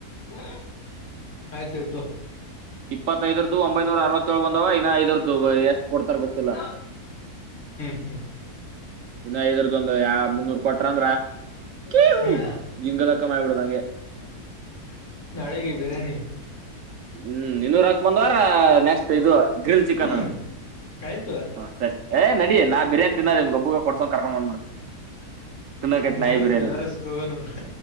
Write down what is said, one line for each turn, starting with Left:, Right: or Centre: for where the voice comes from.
Left: ಆಯ್ತು ಆಯ್ತು
Right: ಇಪ್ಪತ್ತೈದರದ್ದು ಒಂಬೈನೂರ ಅರವತ್ತೇಳು ಬಂದವ ಇನ್ನ ಐದರದ್ದು ಕೊಡ್ತಾರ ಗೊತ್ತಿಲ್ಲ
Left: ಇನ್ನ ಹ್ಮ್ಮ
Right: ಸುಮಾ ಇದ್ರದ ಒಂದು ಯಾವ ಮುನ್ನೂರ್ ಕೊಟ್ರ ಅಂದ್ರ ಕ್ಯೂ
Left: ಹ್ಮ್
Right: ಜಿಂಗಲಕ್ಕ ಮಾಡ್ಬಿಡ್ದಂಗೆ
Left: ನಾಳೆಗೆ ಬಿರಿಯಾನಿ
Right: ಹ್ಮ್ ಇನ್ನೂರ ಹಾಕ್ ಬಂದ್ವಾರ ನೆಕ್ಸ್ಟ್ ಇದು ಗ್ರಿಲ್ ಚಿಕನಾ
Left: ಹ್ಮ್ ಆಯ್ತು
Right: ಹ ಸರಿ ಏ ನಡಿ ನಾ ಬಿರಿಯಾನಿ ತಿನ್ನೋದ ಒಂದ್ ಗಬ್ಬುಗ ಕೊಡ್ಸಕೊಂಡ ಕರ್ಕೊಂಡಬಂದ್ಬಿಡ್ತಿನಿ ತುನ್ನಕೈತ್
Left: ನಡಿ
Right: ನಾಯಿಬ್ರನನು
Left: ಬ್ರದರ್ಸ್ಗೆ ಹೋಗೋನು